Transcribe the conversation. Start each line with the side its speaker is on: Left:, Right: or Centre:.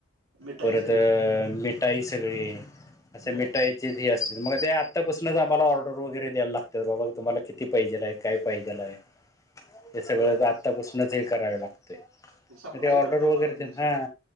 Right: मिठाई
Left: परत
Right: सगळी
Left: अ मिठाई सगळी असे
Right: बर
Left: मिठाईची असते. मग ते आत्तापासूनच आम्हाला ऑर्डर वगैरे द्यायला लागतात बाबा तुम्हाला किती पाहिजेलय काय पाहिजेला आहे. हे सगळ
Right: बर
Left: आत्तापासूनच ह करावे लागत तय
Right: सप्लाय
Left: मग ते ऑर्डर
Right: करताय
Left: वगैरे
Right: म्हणा तुम्ही सगळं
Left: हा.